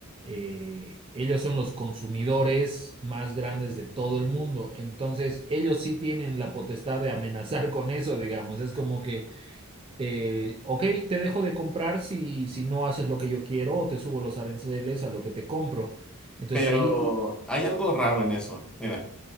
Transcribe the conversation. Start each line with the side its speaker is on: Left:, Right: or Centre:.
Right: eh, ellos son los consumidores más grandes de todo el mundo. Entonces, ellos sí tienen la potestad de amenazar con eso, digamos. Es como que, eh, ok, te dejo de comprar si, si no haces lo que yo quiero o te subo los aranceles a lo que te compro. Entonces
Centre: Pero
Right: ahí...
Centre: hay algo raro en eso. Mira,